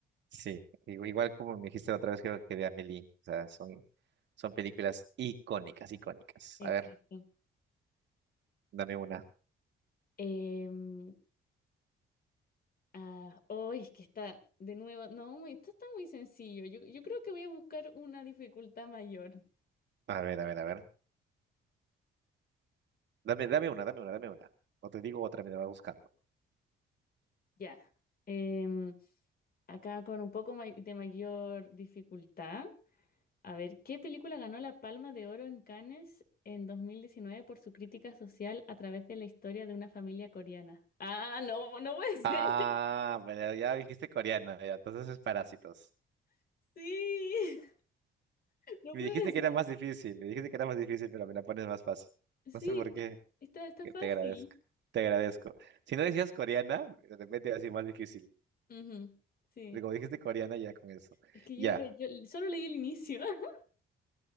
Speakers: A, on the right; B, on the left.
A: Sí, igu- igual como me dijiste la otra vez, creo que de Amélie. O sea, son, son películas icónicas, icónicas.
B: Exacto.
A: A ver, dame una.
B: Em, ah, oh, es que está de nuevo. No, muy- esto está muy sencillo. Yo, yo creo que voy a buscar una dificultad mayor.
A: A ver, a ver, a ver. Dame, dame una, dame una, dame una. O te digo otra, me la va buscando.
B: Ya. Em, acá con un poco may- de mayor dificultad. A ver, ¿qué película ganó la Palma de Oro en Cannes en 2019 por su crítica social a través de la historia de una familia coreana? Ah, no, no puede ser.
A: Ah,
B: <laughs>
A: pero ya dijiste coreana, ya, entonces es Parásitos.
B: Sí, no
A: Me
B: puede
A: dijiste
B: ser.
A: que era más difícil, me dijiste que era más difícil, pero me la pones más fácil.
B: Sí,
A: No sé por
B: está,
A: qué,
B: está, está
A: que
B: fácil.
A: te agradezco, te agradezco. Si no decías coreana, de repente iba a ser más difícil.
B: Ujú, Sí,
A: Pero como dijiste coreana, ya con eso.
B: es que
A: Ya.
B: yo, ve- yo solo leí el inicio. <laughs>